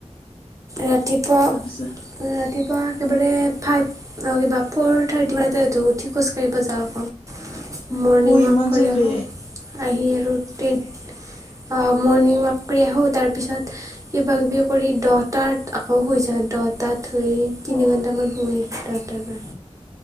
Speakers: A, on the right; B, on the left.
A: ৰাতিপুৱা ৰাতিপুৱা
B: তাৰপিছত
A: একেবাৰে ফাইভ অঁ কিবা ফ'ৰ থাৰ্টি মানতে উঠোঁ, উঠি খোজ কাঢ়িব যাওঁ আকৌ। মৰ্ণিং
B: অ
A: ৱাক
B: ইমান
A: কৰি
B: জল্দি
A: আহোঁ, আহি আৰু টেন্ অ মৰ্ণিং ৱাক কৰি আহোঁ, তাৰপিছত কিব কিবি কৰি দহটাত আকৌ শুই যা। দহটাত শুই তিনি
B: অ
A: ঘণ্টামান শুই দহটাৰ পৰা।